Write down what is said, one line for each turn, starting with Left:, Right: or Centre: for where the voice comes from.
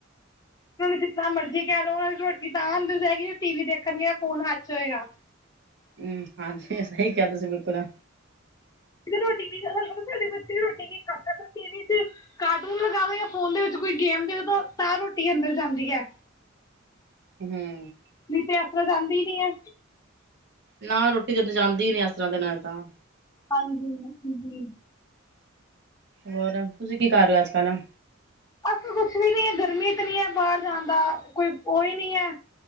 Left: ਉਹਨਾਂ ਨੂੰ ਜਿਨਾ ਮਰਜ਼ੀ ਕਹਿ ਲਓ, ਉਹਨਾਂ ਦੀ ਰੋਟੀ ਤਾਂ ਅਂੰਦਰ ਜਾਏਗੀ ਜੇ ਟੀ ਵੀ ਦੇਖਣਗੇ ਜਾ ਫੋਨ ਹੱਥ 'ਚ ਹੋਏਗਾ।
Right: ਹੂੰ ਹਾਂਜੀ ਸਹੀ ਕਿਹਾ ਤੁਸੀਂ ਬਿਲਕੁਲ।
Left: <unintelligible> ਸਾਡੇ ਬੱਚੇ ਰੋਟੀ ਖਾਂਦੇ, ਟੀ ਵੀ ਚ ਕਾਰਟੂਨ ਲਗਾ ਦੋ ਜਾ ਫੋਨ ਦੇ ਵਿੱਚ ਕੋਈ ਗੇਮ ਦੇ ਦੋਤਾਂ ਰੋਟੀ ਅੰਦਰ ਜਾਂਦੀ ਏ।
Right: ਹਮ
Left: ਨਹੀਂ ਤੇ ਇਸ ਤਰਾਂ ਜਾਂਦੀ <unintelligible> ਹੈ।
Right: ਨਾ ਰੋਟੀ ਜੱਦ ਜਾਂਦੀ ਹੀ ਨੀ ਇਸ ਤਰ੍ਹਾਂ ਦੇ ਨਾਲ ਤਾਂ
Left: ਹਾਂਜੀ।
Right: ਹੋਰ ਤੁਸੀਂ ਕੀ ਕਰ ਰਹੇ ਹੋ, ਅੱਜ-ਕੱਲ੍ਹ।
Left: ਅਸੀਂ ਕੁਛ ਵੀ ਨੀ, ਗਰਮੀ ਇਤਨੀ ਹੈ ਬਾਹਰ ਜਾਣ ਦਾ ਕੋਈ ਓਈ ਨੀ ਹੈ